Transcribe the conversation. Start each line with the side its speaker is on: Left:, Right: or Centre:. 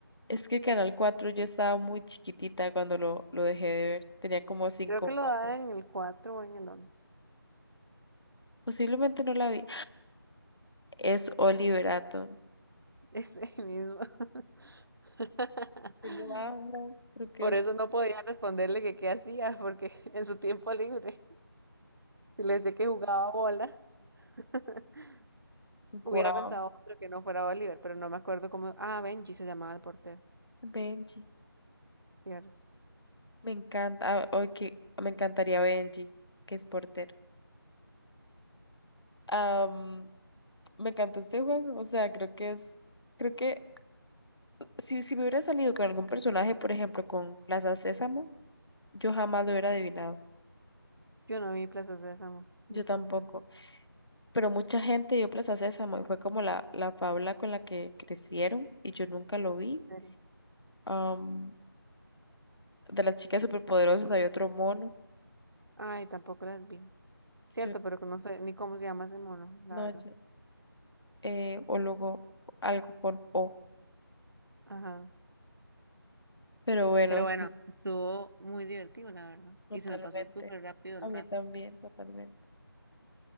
Left: Es que Canal cuatro yo estaba muy chiquitita cuando lo, lo dejé de ver, tenía como 5
Right: creo que
Left: o
Right: lo
Left: 4.
Right: dan en el 4 o en el once
Left: Posiblemente no la vi. Es Oliver Atom.
Right: Ese mismo. <laughs>
Left: Yo lo amo, creo que
Right: Por
Left: es
Right: eso no podía responderle que qué hacía, porque <laughs> en su tiempo libre, si le decía que jugaba bola, <laughs> hubiera
Left: guau.
Right: pensado otro que no fuera Oliver, pero no me acuerdo cómo. Ah, Benji se llamaba el portero,
Left: Benji,
Right: cierto.
Left: me encanta, ah, ok, me encantaría Benji, que es portero. Am, me encantó este juego, o sea, creo que es, creo que Si, si me hubiera salido con algún personaje, por ejemplo, con Plaza Sésamo, yo jamás lo hubiera adivinado.
Right: Yo no vi Plaza Sésamo, entonces,
Left: Yo tampoco. Pero mucha gente vio Plaza Sésamo y fue como la, la fábula con la que crecieron y yo nunca lo vi.
Right: en serio.
Left: Am, de las chicas superpoderosas había otro mono.
Right: Ay, tampoco las vi. Cierto,
Left: Yo,
Right: pero que no sé ni cómo se llama ese mono, la
Left: no,
Right: verdad.
Left: yo, eh, o luego algo con O.
Right: Ajá.
Left: Pero bueno,
Right: Pero bueno,
Left: sí,
Right: estuvo muy divertido, la verdad.
Left: totalmente.
Right: Y se me pasó súper rápido
Left: A
Right: el
Left: mí
Right: rato.
Left: también, totalmente.